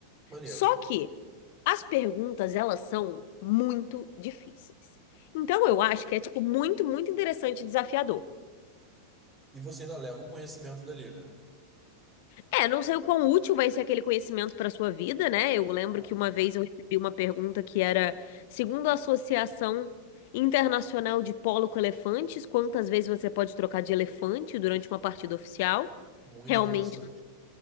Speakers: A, on the right; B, on the left.
A: Maneiro.
B: Só que as perguntas, elas são muito difíceis. Então, eu acho que é, tipo, muito, muito interessante e desafiador.
A: E você ainda leva um conhecimento dali, né?
B: É, não sei o quão útil vai ser aquele conhecimento para sua vida, né? Eu lembro
A: Ah,
B: que uma vez eu recebi uma pergunta que era, segundo a Associação Internacional de Polo com Elefantes, quantas vezes você pode trocar de elefante durante uma partida oficial?
A: muito
B: Realmente,
A: interessante.